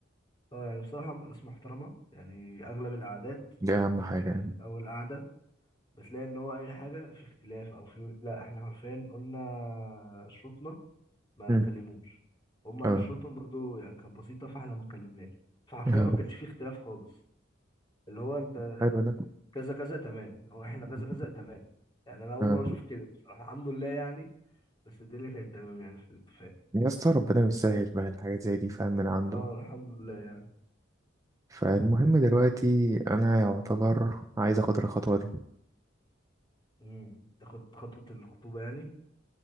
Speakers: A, on the left; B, on the right.
A: اه يعني بصراحة ناس محترمة يعني اغلب القعدات
B: دي اهم
A: انت
B: حاجه
A: بتيجي
B: يعني
A: في اول قعدة بتلاقي ان هو اي حاجة في اختلاف او في لا احنا حرفيا قلنا شروطنا ما
B: امم
A: اتكلموش هم قالوا
B: اه
A: شروطهم برضو يعني كانت بسيطة فاحنا ما اتكلمناش فحرفيا
B: اه
A: ما كانش فيه اختلاف خالص اللي هو انت
B: حلو ده
A: كذا كذا تمام او احنا
B: مم.
A: كذا كذا تمام يعني انا اول
B: اه
A: مرة اشوف كده بصراحة الحمد لله يعني بس الدنيا كانت تمام يعني في الاتفاق
B: يا اسطى ربنا يسهل بقى الحاجات زي دي فاهم من عنده
A: اه الحمد لله يعني
B: فالمهم دلوقتي انا يعتبر عايز اخد الخطوه دي
A: امم تاخد خطوة الخطوبة يعني